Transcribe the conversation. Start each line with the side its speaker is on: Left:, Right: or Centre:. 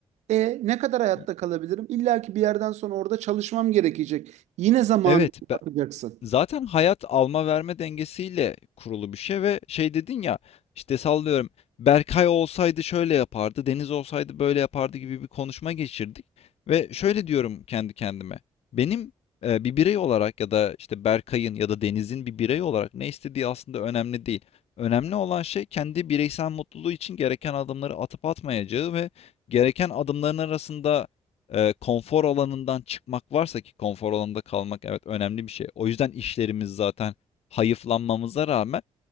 Right: E ne kadar hayatta
Left: Y-
Right: kalabilirim? İlla ki bir yerden sonra orada çalışmam gerekecek. Yine zamanı
Left: Evet, be-
Right: atacaksın.
Left: zaten hayat alma verme dengesiyle kurulu bir şey ve şey dedin ya işte sallıyorum Berkay olsaydı şöyle yapardı, Deniz olsaydı böyle yapardı gibi bir konuşma geçirdik ve şöyle diyorum kendi kendime. Benim e, bir birey olarak ya da işte Berkay'ın ya da Deniz'in bir birey olarak ne istediği aslında önemli değil. Önemli olan şey kendi bireysel mutluluğu için gereken adımları atıp atmayacağı ve gereken adımların arasında e, konfor alanından çıkmak varsa ki konfor alanında kalmak evet önemli bir şey. O yüzden işlerimiz zaten hayıflanmamıza rağmen